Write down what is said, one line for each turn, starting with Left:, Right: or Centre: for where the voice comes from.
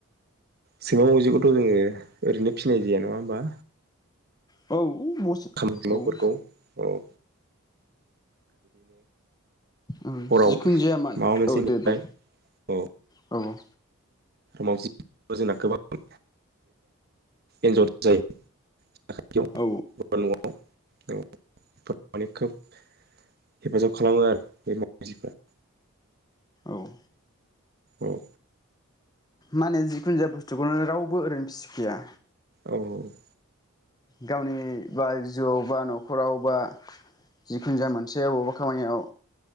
Right: सैमा मावजिखौथ जोङो ओरैनो फिसिनाय जाया नङा होमबा।
Left: औ। बस
Right: <unintelligible> खौ <unintelligible>
Left: औ
Right: औ
Left: ओं
Right: हराव
Left: जिखुनु जाया मान
Right: माबा मोनसे
Left: औ दे
Right: नेबाय
Left: बुं
Right: औ।
Left: औ
Right: मावजि। जोंना गोबां। इन्जर जायो‌ साथाथियाव
Left: औ
Right: <inaudible> नआव औखोब हेफाजाब खालामो आरो बे मावजिफ्रा।
Left: औ।
Right: औ‌।
Left: मा होनो जिखुन जा बुस्थुखौनो रावबो ओरैनो फिसिखाया।
Right: औ औ।
Left: गावनि बा जिउआव बा नखराव बा जिखुन जा मोनसे आवबा खामानियाव